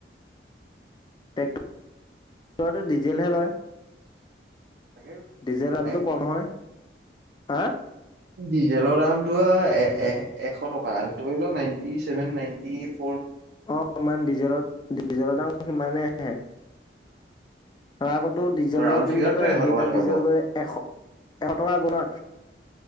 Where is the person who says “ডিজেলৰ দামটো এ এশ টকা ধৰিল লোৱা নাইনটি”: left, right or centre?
Right